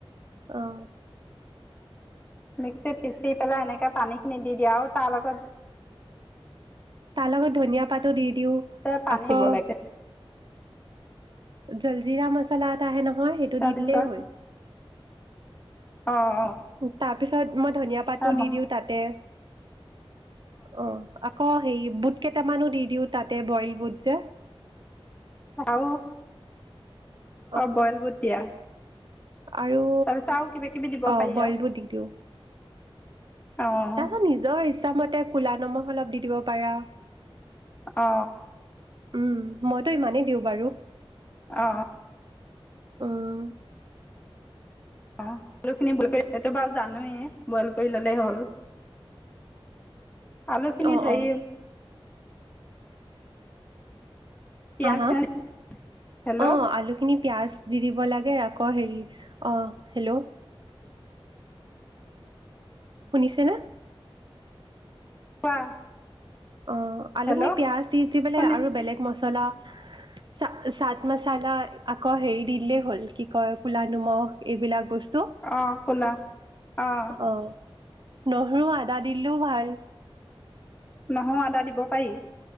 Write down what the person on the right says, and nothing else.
অহ
তাৰ লগত ধনিয়া পাতো দি দিওঁ
আকৌ
জলজিৰা মছলা এটা আহে নহয় সেই সেইটো
দি দিলেই হ'ল
তাৰ পিছত মই ধনিয়া পাতো
দি দিওঁ তাতে অ আকৌ হে বুট কেইটামানো দি দিওঁ তাতে বইল বুট যে
অঁ
আৰু
অ
বইলবোৰ
দি দিওঁ
তাৰপিছত নিজৰ পিছ মতে কলা নমখ অলপ দি দিব পাৰে অ
উম মইতো ইমানেই দিওঁ বাৰু
উম
অ',
অ',
হা হা
অ আলুখিনি পিয়াজ দি দিব লাগে আকৌ হেৰি অ হেল্ল' শুনিছে নে
অ আলু
খিনি পিয়য়াজ দি দি পেললে
আৰু বেলেগ মছলা জলা চাট মচলা আকৌ হেৰি দিলেই হ'ল কি কয় কোলা নিমখ এইবিলাক বস্তু
অ', নহৰু আদা দিলেও ভাল